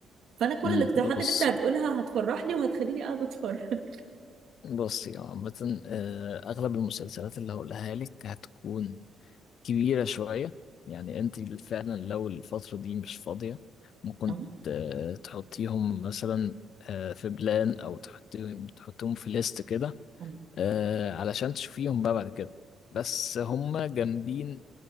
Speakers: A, on the right; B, on the left.
A: فانا كل
B: أمم.
A: الاقتراحات
B: بص
A: اللي انت هتقولها هتفرحني وهتخليني قاعده اتفرج <laughs>
B: بص يا عامة آه، أغلب المسلسلات اللي هقولها لك هتكون كبيرة شوية يعني أنت فعلا لو الفترة دي مش فاضية ممكن
A: أه،
B: ت- تحطيهم مثلا آه، في بلان أو تحطيهم تحطيهم في ليست كده
A: أه،
B: آه علشان تشوفيهم بقى بعد كده بس هم جامدين